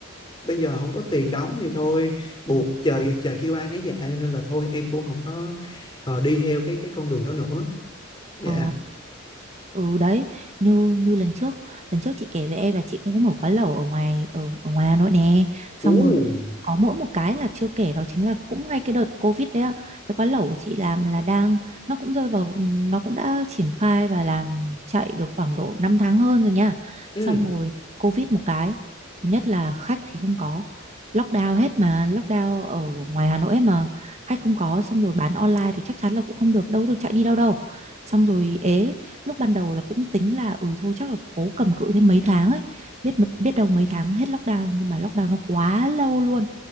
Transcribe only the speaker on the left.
bây giờ không có tiền đóng thì thôi buộc trời trời kêu ai nấy dạ cho nên là thôi em cũng không có ờ, đi theo cái cái con đường đó nữa dạ
Ú,
ừ,